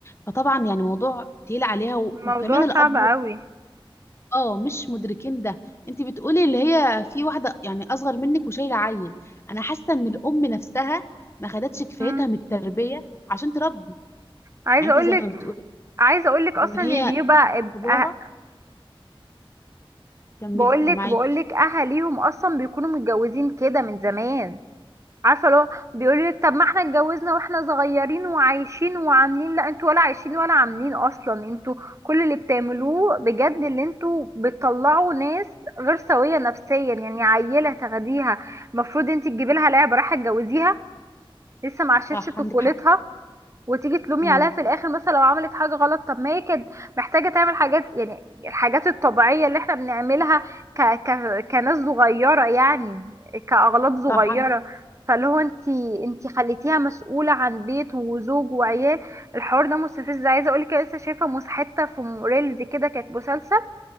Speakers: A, on the left; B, on the right.
A: فطبعا يعني موضوع تقيل عليها و-
B: الموضوع
A: وكمان الاب
B: صعب قوي
A: اه مش مدركين ده انت بتقولي اللي هي في واحده يعني اصغر منك وشايله عيل انا حاسه ان الام نفسها ما خدتش كفايتها
B: امم
A: من التربيه عشان تربي
B: عايزه
A: يعني انت
B: اقولك
A: زي ما بتقولي
B: عايزه اقول لك اصلا
A: ان هي
B: إن بيبقى
A: باباها
B: أه...
A: كملي
B: بقول لك
A: سامعاكي
B: بقول لك اهاليهم اصلا بيكونوا متجوزين كده من زمان عارفه لو بيقولوا لك طب ما احنا اتجوزنا واحنا صغيرين وعايشين وعاملين لا انتوا ولا عايشين ولا عاملين اصلا انتوا كل اللي بتعملوه بجد اللي انتوا بتطلعوا ناس غير سويه نفسيا يعني عيله تاخديها المفروض انت تجيبي لها لعبه راح تجوزيها لسه ما عاشتش
A: صح
B: طفولتها
A: عندك حق
B: وتيجي تلومي
A: امم
B: عليها في الاخر مثلا لو عملت حاجه غلط طب ما هي كانت محتاجه تعمل حاجات يعني الحاجات الطبيعيه اللي احنا بنعملها ك... ك... كناس صغيره يعني كاغلاط صغيره
A: صح عندك
B: فاللي هو انت انت خليتيها مسؤوله عن بيت وزوج وعيال الحوار ده مستفز عايزه اقول لك أنا لسه شايفه مس- حته في ريلز كده كانت مسلسل